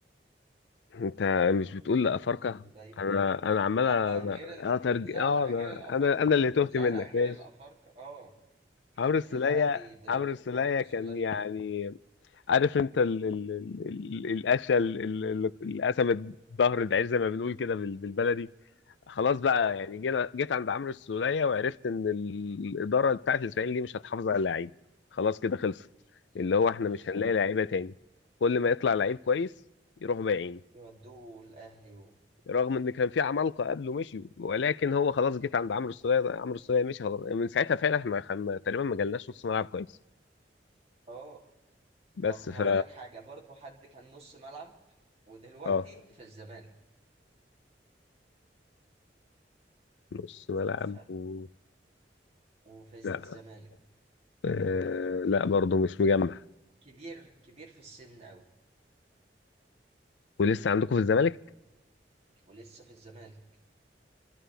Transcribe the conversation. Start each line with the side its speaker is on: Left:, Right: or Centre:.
Left: انت مش بتقول
Right: عمرو
Left: لا افارقه
Right: السولية
Left: انا انا عمال
Right: لا غير ال...
Left: انا ترج...
Right: لا
Left: اه
Right: لا
Left: انا
Right: غير الأفارقة
Left: انا انا اللي تهت
Right: لا
Left: منك
Right: لا غير
Left: ماشي
Right: الأفارقة اه حد
Left: عمرو السولية
Right: في الأهلي دلوقتي
Left: عمرو السولية
Right: عمرو السولية
Left: كان يعني عارف انت ال... ال... ال... ال- القشه ال- ال- اللي قسمت ظهر الدعير زي ما بنقول كده بال... بالبلدي خلاص بقى
Right: اه
Left: يعني جينا جيت عند عمرو السولية وعرفت ان ال- الاداره بتاعت الاسماعيلي دي مش هتحافظ على اللعيب خلاص كده خلصت اللي هو احنا
Right: بالظبط
Left: مش هنلاقي لعيبه تاني كل ما يطلع لعيب كويس يروحوا بايعين
Right: يودوه الأهلي و...
Left: رغم ان كان في عمالقه قبله مشيوا ولكن هو خلاص جيت عند عمرو السولية عمرو السولية مشي خلاص من ساعتها فعلا احنا خم... تقريبا ما جالناش نص ملعب كويس
Right: اه
Left: بس
Right: طب هقول
Left: ف
Right: لك حاجة برضو حد كان نص ملعب ودلوقتي
Left: اه
Right: في الزمالك
Left: نص ملعب
Right: وفي
Left: و...
Right: وفي الزمالك
Left: لا آه... لا برضه مش مجمع
Right: هو كبير كبير في السن أوي
Left: ولسه عندكم في الزمالك
Right: ولسه في الزمالك